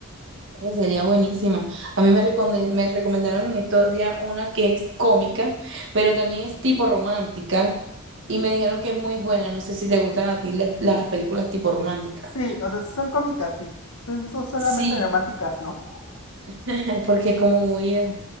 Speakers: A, on the right; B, on the left.
A: eh, sería buenísima. A mí me, reconde- me recomendaron en estos días una que es cómica, pero también es tipo romántica. Y me dijeron que es muy buena. No sé si te gustan a ti las las películas tipo románticas.
B: sí, o sea, son cómicas, sí. Son, son solamente
A: Sí,
B: románticas, ¿no?
A: <laughs> porque es como muy... ah.